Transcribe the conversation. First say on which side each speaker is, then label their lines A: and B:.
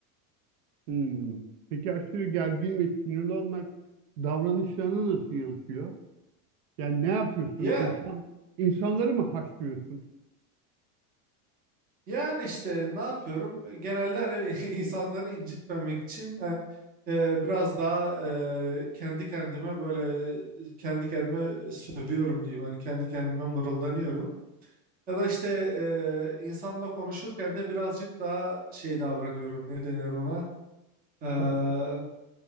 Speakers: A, on the right (about 90°); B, on the right (about 20°).
A: Hmm. Peki aşırı gergin ve sinirli olmak davranışlarına nasıl yansıyor? Yani ne yapıyorsun?
B: Ya
A: İnsan, insanları mı haşlıyorsun?
B: yani işte ne yapıyorum? Genelde hani <laughs> insanları incitmemek için e, e, biraz daha e, kendi kendime böyle kendi kendime sövüyorum diyeyim. Hani kendi kendime mırıldanıyorum. Ya da işte e, insanla konuşurken de birazcık daha şey davranıyorum. Ne denir ona? E,
A: Sabırsız.